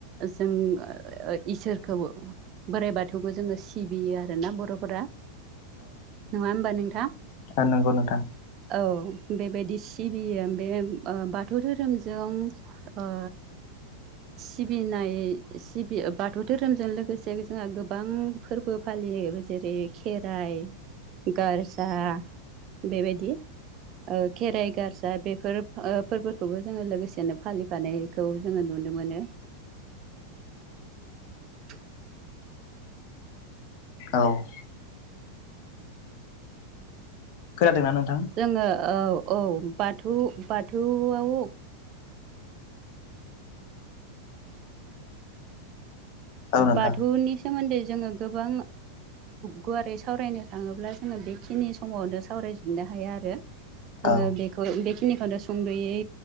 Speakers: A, on the right; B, on the left.
A: जों इसोरखौ बोराइ बाथौखौ जोङो सिबियो आरोना। बर'फोरा नङा होमबा नोंथां?
B: ओ नंगौ नोंथां।
A: औ बेबायदि सिबियो बे बाथौ धोरोमजों ओ सिबिनाय सिबि बाथौ धोरोमजों लोगोसे जोंहा गोबां फोरबो फालियो। जेरै खेराइ गारजा बेबायदि। ओ खेराइ गारजा बेफोर फोरबोखौबो जोङो लोगोसेनो फालिफानायखौ जोङो नुनो मोनो। <inaudible>
B: औ खोनादोंना नोंथां
A: जोङो औ औ बाथौ बाथौआव
B: औ नोंथां
A: बाथौनि सोमोन्दै जोङो गोबां गुवारै सावरायनो थाङोब्ला जोङो बेखिनि समावनो सावरायजोबनो हाया आरो आङो
B: औ
A: बेखौ बेखिनिखौनो सुंद'यै